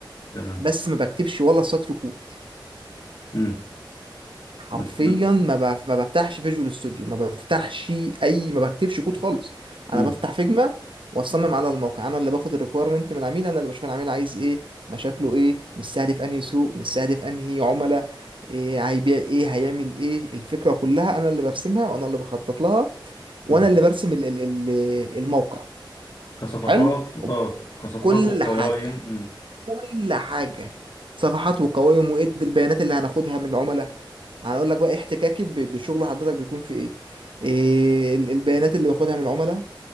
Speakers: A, on the left (about 50°); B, on the right (about 80°).
A: تمام
B: بس ما بكتبش ولا سطر كود
A: امم
B: حرفيا
A: بت- بت-
B: ما بف... ما بفتحش فيجوال ستوديو ما بفتحش اي ما بكتبش كود خالص انا
A: امم
B: بفتح فيجما واصمم على الموقع انا اللي باخد الريكويرمنت من العميل انا اللي بشوف العميل عايز ايه مشاكله ايه مستهدف انهي سوق مستهدف انهي عملاء إيه هيبيع ايه هيعمل ايه الفكره كلها انا اللي برسمها وانا اللي بخطط لها وانا
A: امم
B: اللي برسم ال... ال... ال- الموقع
A: كصفحات
B: حلو وب-
A: اه كصفحات
B: كل
A: وقوائم
B: حاجه
A: امم
B: كل حاجة صفحات وقوائم وإد البيانات اللي هناخدها من العملاء هنقول لك بقى احتكاكي ب- بشغل حضرتك بيكون في إيه إيه ال- البيانات اللي باخدها من العملاء